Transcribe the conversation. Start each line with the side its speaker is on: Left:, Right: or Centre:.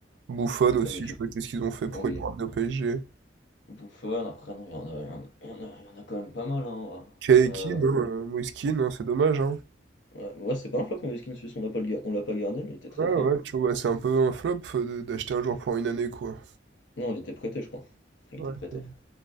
Right: bouffon aussi,
Left: Comme le fut.
Right: je sais pas qu'est-ce qu'ils ont fait pour
Left: Oh Oui.
Right: le ramener au PSG.
Left: Bouffon, après, non, il y en a, il y en a, il y en a, il y en a quand même pas mal, hein.
Right: Keiki,
Left: Là,
Right: non, euh, Moïskine, non, c'est dommage, hein.
Left: ouais, ouais, c'est pas un flop, Moïse Kean Sus, on l'a pas, le gar- on l'a pas gardé, mais il était très
Right: Ouais, ouais,
Left: fort.
Right: tu vois, c'est un peu un flop euh, de- d'acheter un joueur pour une année, quoi.
Left: Non, il était prêté, je crois. Il
Right: Ouais,
Left: était prêté.
Right: c'est vrai.